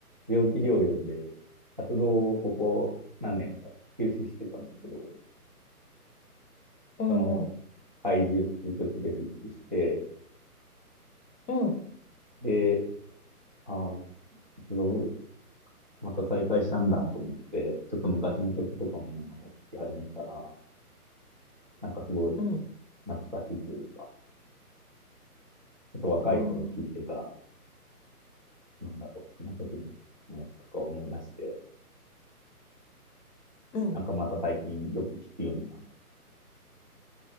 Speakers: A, on the right; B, on the left.
A: 病気療養で活動をここ何年か休止してたんだけど、
B: うんうん。
A: その怪獣っていう曲で復帰して、
B: うん。
A: で、あー活動また再開したんだと思って、ちょっと昔の曲とかもまた聴き始めたら、なんかすごい
B: うん。
A: 懐かしいというか、ちょっと若い頃聴いてた、
B: あー
A: なんだろう、その時の気持ちとか思い出して、
B: うん。
A: なんかまた最近よく聴くようになっ